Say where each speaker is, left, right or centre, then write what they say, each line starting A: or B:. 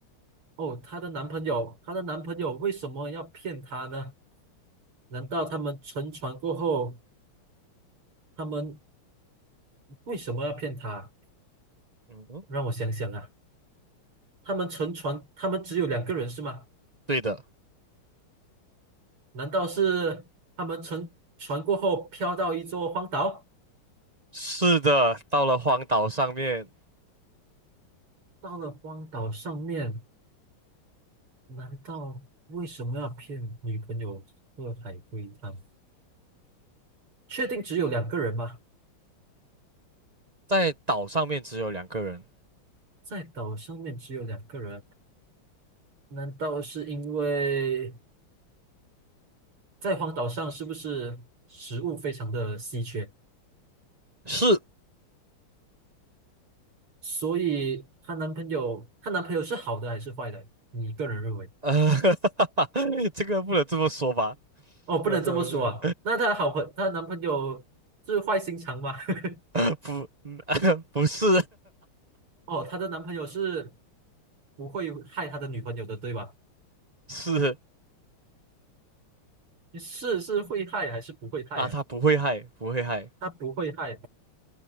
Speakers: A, on the right; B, on the right.
A: 哦，她的男朋友，她的男朋友为什么要骗她呢？难道他们乘船过后，他们为什么要骗她？
B: 嗯，
A: 让我想想啊，他们乘船，他们只有两个人是吗？
B: 对的，
A: 难道是他们乘船过后飘到一座荒岛？
B: 是的，到了荒岛上面，
A: 到了荒岛上面，难道为什么要骗女朋友喝海龟汤？确定只有两个人吗？
B: 在岛上面只有两个人。
A: 在岛上面只有两个人，难道是因为在荒岛上是不是食物非常的稀缺，
B: 是，
A: 所以她男朋友，她男朋友是好的还是坏的？你个人认为？
B: 呃，<laughs> 这个不能这么说吧？
A: 哦，不能这么说啊。
B: 不能这么说，
A: 那她好朋，她男朋友是坏心肠吗？<laughs>
B: <laughs> 不，<laughs> 不是，
A: 哦，她的男朋友是不会害她的女朋友的，对吧？
B: <laughs> 是
A: 是是会害还是不会害呀、
B: 啊，他不会害，不会害。
A: 他不会害。